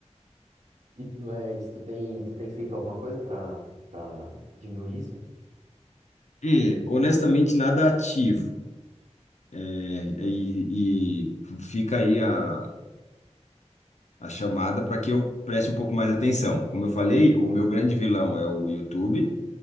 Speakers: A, on the right; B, on the left.
A: E, mas tu tem, tu tem feito alguma coisa pra, pra diminuir isso?
B: E, honestamente, nada ativo. É, e, e fica aí a, a chamada para que eu preste um pouco mais atenção. Como eu falei, o meu grande vilão é o YouTube